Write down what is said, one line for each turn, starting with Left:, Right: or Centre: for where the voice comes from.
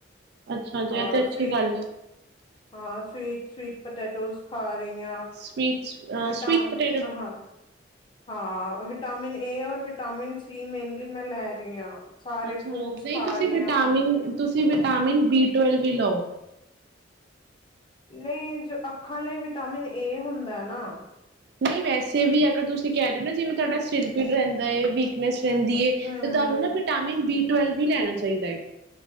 Right: ਅੱਛਾ ਜ
Left: ਹਾਂ
Right: ਇਹ ਤੇ ਅੱਛੀ
Left: ਸਵੀਟ
Right: ਗੱਲ
Left: ਹਾਂ ਸਵੀਟ ਸਵੀਟ ਪਟੈਟੋਸ ਖਾ ਰਹੀ
Right: ਸਵੀਟ
Left: ਵਿਟਾਂ
Right: ਸਵੀਟ ਪਟੇਟੋ
Left: ਆਹਾਂ ਹਾਂ ਵਿਟਾਮਿਨ ਏ ਔਰ ਵਿਟਾਮਿਨ ਸੀ ਮੇਨਲੀ ਮੈਂ ਲੈ ਰਹੀ ਹਾਂ ਸਾਰੇ
Right: ਅੱਛਾ
Left: ਫਰੂਟਸ
Right: ਨਹੀਂ
Left: ਖਾ
Right: ਤੁਸੀਂ
Left: ਰਹੀ
Right: ਵਿਟਾਮਿਨ
Left: ਹਾਂ
Right: ਤੁਸੀਂ ਵਿਟਾਮਿਨ ਬੀ ਤੁਵੇਲ ਵੀ ਲਓ
Left: ਨਹੀਂ ਜੋ ਅੱਖਾਂ ਲਈ ਵਿਟਾਮਿਨ ਏ ਹੁੰਦਾ ਨਾ
Right: ਨਹੀਂ ਵੈਸੇ ਵੀ ਅਗਰ ਤੁਸੀਂ ਕਹਿ ਰਹੇ ਹੋ ਨਾ ਜਿਵੇਂ ਤੁਹਾਡਾ ਸਿਰ ਪੀੜ ਰਹਿੰਦਾ ਹੈ ਵੀਕਨੈਸ ਰਹਿੰਦੀ ਹੈ
Left: ਹਮ
Right: ਤੇ ਤੁਹਾਨੂੰ ਨਾ ਵਿਟਾਮਿਨ ਬੀ ਟਵੇਲਵ ਵੀ ਲੈਣਾ ਚਾਹੀਦਾ ਹੈ